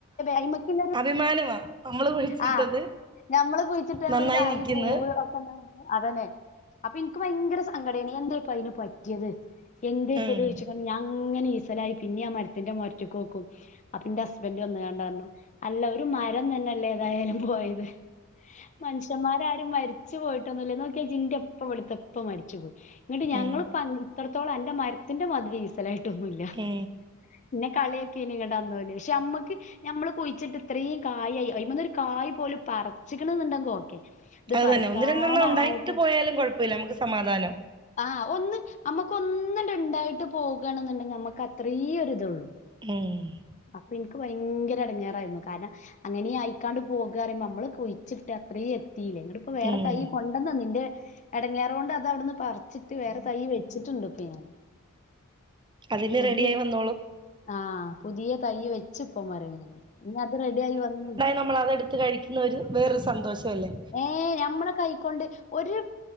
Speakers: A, on the left; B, on the right.
A: അയിമക്കില്ലൊരു
B: അഭിമാനമാ നമ്മള് കുഴിച്ചിട്ടത്
A: ആഹ് ഞമ്മള് കുഴിച്ചിട്ടേമ്മൊര്
B: നന്നായി
A: കായ്
B: നിക്ക്ന്ന്
A: പൂവ് ഒ അതെന്നെ അപ്പൊ ഇൻക്ക് ഭയങ്കര സങ്കടേനി എന്തെ പ്പയ്ന് പറ്റ്യേത് എന്ത ഇപ്പൊ
B: ഉം
A: ഇത് ചോദിച്ച ഞാൻ അങ്ങനെ ഈസലായി പിന്നെ ആ മരത്തിന്റെ മരയ്ക്ക് നോക്കും അപ്പന്റെ ഹസ്ബൻഡ് വന്ന്ങ്ങാണ്ട് പറഞ്ഞു അല്ല ഒരു മരം തന്നെല്ലേ ഏതായാലും പോയത് മനുഷ്യന്മാരാരും മരിച്ചു പോയിട്ടൊന്നുല്ലേ നോക്കിയാ ജിൻന്റെ ഇപ്പ ഇവിടത്തെ ഇപ്പ മരിച്ചു പോയി ന്നിട്ട് ഞങ്ങളിപ്പ
B: ഉം
A: ഇത്രത്തോളം അന്റെ മരത്തിന്റെ മതിരി ഈസലായിട്ടൊന്നുമില്ല
B: ഏ
A: പിന്നെ കളിയാകിനി അന്നോല് പക്ഷെ അമ്മക്ക് ഞമ്മള് കുഴിച്ചിട്ട് ഇത്രയും കായിയായി അയ്മന്ന് ഒരു കായ് പോലും പറച്ചിക്കണന്നുണ്ടെങ്കി ഓക്കെ ഇത്
B: അത്
A: പറിക്കാനായപ്പോ
B: തന്നെ ഒന്ന് രണ്ടെണ്ണം ഉണ്ടായിട്ട് പോയാലും കുഴപ്പമില്ല നമുക്ക് സമാധാനം
A: ആഹ് ഒന്ന് നമ്മുക്ക് ഒന്ന്ണ്ട് ഇണ്ടായിട്ട് പോകണെന്നുണ്ടെങ്കിൽ നമ്മുക്ക് അത്രേ ഒരിതള്ളൂ
B: ഇമ്
A: അപ്പൊ ഇനിക്ക് ഭയങ്കര എടങ്ങേറായിരുന്നു കാരണം അങ്ങനെ ആയിക്കാണ്ട് പോകറിയുമ്പോ നമ്മള് കുഴിച്ചിട്ട് അത്രയും എത്തിയില്ലേ നിട്ട്പ്പ വേറെ
B: ഉം
A: തൈ കൊ അവിടെന്ന നിന്റെ എടങ്ങെറ് കൊണ്ട് അത് അവിടുന്ന് പറിച്ചിട്ട് വേറെ തൈ വെച്ചിട്ടുണ്ട് ഇപ്പൊ ഞാന്
B: അതിനി
A: പുതിയ
B: റെഡി ആയി വന്നോളും
A: ആഹ് പുതിയ തൈ വെച്ചുപ്പ മരനെ ഇനി അത് റെഡി ആയി വന്ന്
B: നമ്മള് അതെടുത്ത് കഴിക്കുന്ന ഒരു വേറൊരു സന്തോഷം അല്ലേ
A: ഏഹ് ഞമ്മളെ കൈക്കൊണ്ട് ഒരു